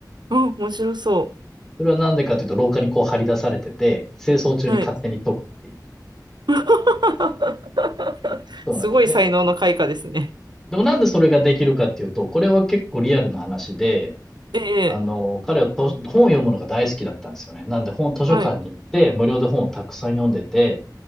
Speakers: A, on the right; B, in the centre.
A: あ、面白そ
B: それはなんでかというと、廊下にこう張り出されてて、清掃中に勝手に解くっていう。
A: う。はい。<laughs>
B: そうなんで、
A: すごい才能の開花ですね。
B: でもなんでそれができるかっていうと、これは結構リアルな話で、
A: ええ
B: あの、彼はと本を読むのが大好きだったんですよね。なんで本、図書館に行って、
A: はい。
B: 無料で本をたくさん読んでて、